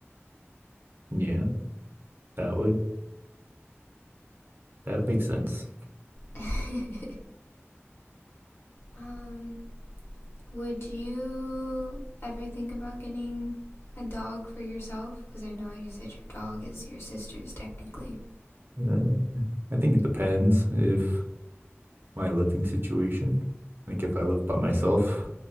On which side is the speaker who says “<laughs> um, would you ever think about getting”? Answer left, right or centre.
Left